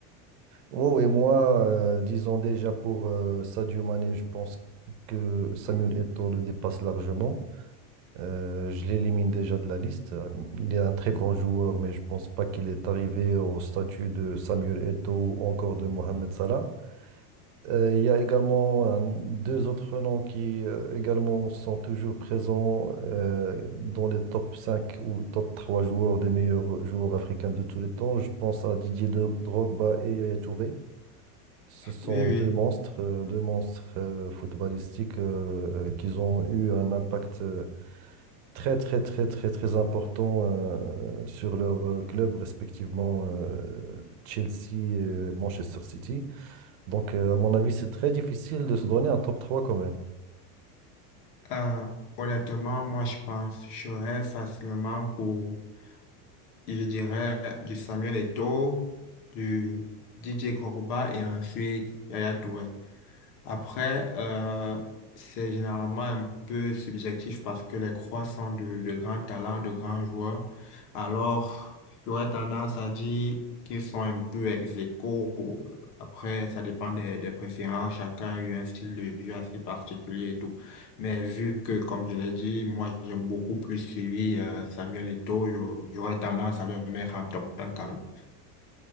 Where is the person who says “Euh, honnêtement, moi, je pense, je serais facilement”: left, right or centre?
Left